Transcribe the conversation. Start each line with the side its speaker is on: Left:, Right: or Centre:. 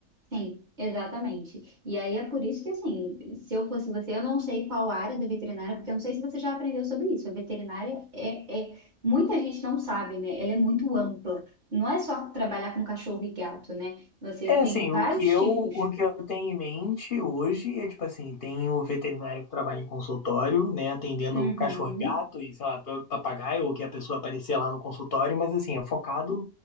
Right: Sim, exatamente. E aí é por isso que, assim, se eu fosse você, eu não sei qual área do veterinário, porque eu não sei se você já aprendeu sobre isso. A veterinária é, é- muita gente não sabe, né? Ela é muito ampla. Não é só trabalhar com cachorro e gato, né? Você
Left: É
Right: tem
Left: assim,
Right: vários
Left: o que eu,
Right: tipos.
Left: o que eu tenho em mente hoje é, tipo assim, tem o veterinário que trabalha em consultório, né, atendendo
Right: Uhum.
Left: cachorro-gato e, sei lá, pa- papagaio, ou que a pessoa aparecer lá no consultório, mas assim, é focado